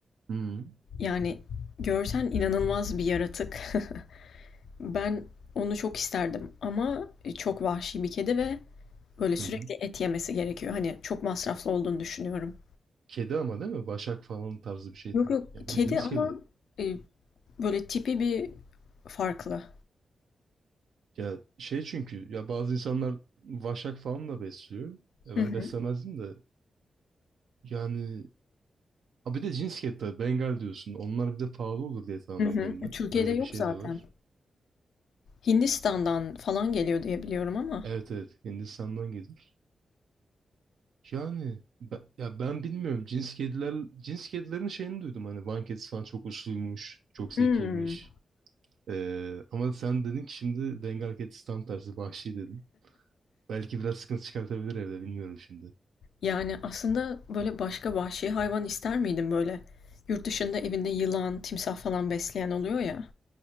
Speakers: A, on the right; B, on the left.
A: Hı
B: Yani görsen inanılmaz bir yaratık. <laughs> Ben onu çok isterdim ama e, çok vahşi bir kedi ve böyle sürekli
A: Hı hı.
B: et yemesi gerekiyor. Hani çok masraflı olduğunu düşünüyorum.
A: Kedi ama değil mi? Başak falan tarzı bir şey
B: Yok
A: değil.
B: yok
A: Yani
B: kedi
A: bildiğimiz
B: ama
A: kedi.
B: e, böyle tipi bir farklı.
A: Ya şey çünkü ya bazı insanlar vaşak falan da besliyor. Ya
B: Hı
A: ben
B: hı,
A: beslemezdim de yani ha bir de cins kedi tabii Bengal diyorsun. Onlar bir de pahalı olur diye tahmin
B: hı hı.
A: ediyorum ben.
B: Türkiye'de
A: Öyle
B: yok
A: bir şey
B: zaten.
A: de var.
B: Hindistan'dan falan geliyor diye biliyorum ama.
A: Evet evet Hindistan'dan geliyor. Yani ben, ya ben bilmiyorum cins kediler cins kedilerin şeyini duydum hani Van kedisi falan çok uçluymuş çok zekiymiş
B: Hmm.
A: Ee, ama sen dedin ki şimdi Bengal kedisi tam tersi vahşi dedin belki biraz sıkıntı çıkartabilir evde bilmiyorum şimdi
B: Yani, aslında, böyle, başka vahşi hayvan ister miydin, böyle? Yurt dışında evinde yılan, timsah falan besleyen oluyor ya.